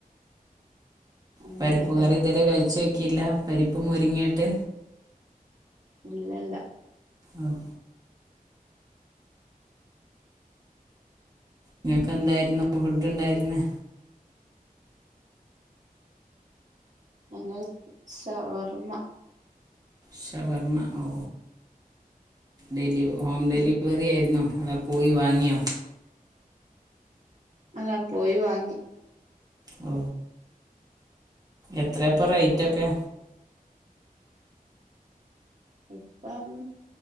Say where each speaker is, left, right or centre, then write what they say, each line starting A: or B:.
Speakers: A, on the right; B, on the right.
A: അങ്ങനെല്ലേ
B: പരിപ്പ് കറി ഇതെരെ കഴിച്ചോക്കില്ല പരിപ്പും മുരിങ്ങയിട്ട്
A: ഇല്ല ല്ല
B: ആഹ് നിങ്ങക്ക് എന്തായിരുന്നു ഫുഡ് ഇണ്ടായിരുന്നേ
A: ഞങ്ങൾ സവർമ്മ
B: ഷവർമ്മ ഓ ഡെലിവ ഹോം ഡെലിവറി
A: ഉം
B: ആയിരുന്നോ അടെ പോയി വാങ്ങിയോ
A: അല്ലാ പോയി വാങ്ങി
B: ആ എത്ര ഇപ്പൊ റേറ്റ് ഒക്കെ
A: ഇപ്പം